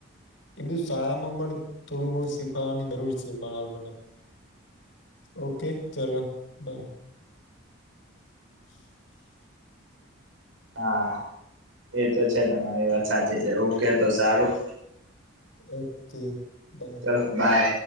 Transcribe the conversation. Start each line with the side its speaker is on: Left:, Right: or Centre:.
Left: એ બધું શાળામાં પણ થોડું ઘણું શીખવાની જરૂર છે બાળકોને. ઓકે ચાલો બાય. હ.
Right: હા, એ તો છે તમારી વાત સાચી છે ઓકે તો સારું.
Left: Okay bye.
Right: ચલો બાય.